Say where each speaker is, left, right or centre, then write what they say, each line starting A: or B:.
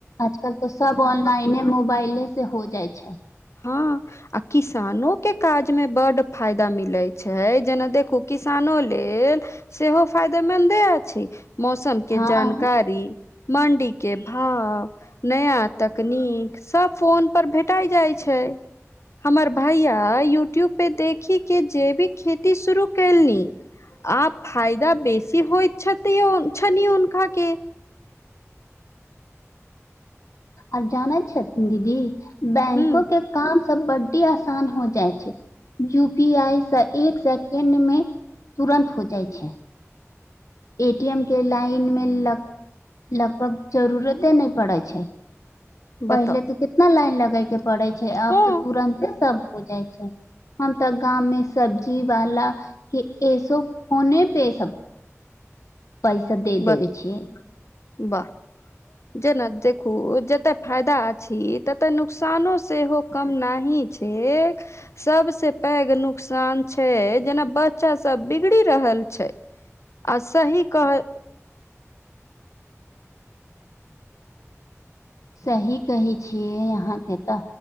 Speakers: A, on the left; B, on the left.
A: आजकल तऽ सब ऑनलाइने मोबाइले से हो जाइ छैय।
B: हँ आ किसानो के काज मे बड्ड फायदा मिलैत छैय जेना देखू किसानो लेल सेहो फायदा मन्दे अछि। मौसम के
A: हँ
B: जानकारी मण्डी के भाव नया तकनीक सब फोन पर भेटाय जाय छैय। हमर भैया यूट्यूब पे देखी के जैविक खेती शुरू कैलनी आप फायदा बेसी होइत छथि छनि हुनकाके।
A: आर जानैत छथिन दीदी बैंको
B: हूँ
A: के काम सब बड्डी आसान हो जाइ छैय। यू पी आई सँ एक सेकेंडमे तुरन्त हो जाइत छैय। ए टी एम के लाइन मे ल लगभग जरूरते न पड़े छैय। पहिले
B: बताउ
A: तऽ कितना लाइन लगे के पड़े छैय आब
B: हँ
A: तऽ तुरन्ते सब हो जाइ छैय। हम तऽ गाममें सब्जी वाला एसो फोने पे सब पैसा दे
B: बत
A: देबै छीयै।
B: वाह जेना देखू जते फायदा अछि तते नुकसानो सेहो कम नहि छैय। एक सबसे पैघ नुकसान छैय जेना बच्चा सब बिगड़ी रहल छैय। आ सही कह
A: सही कहै छियै अहाँ के तऽ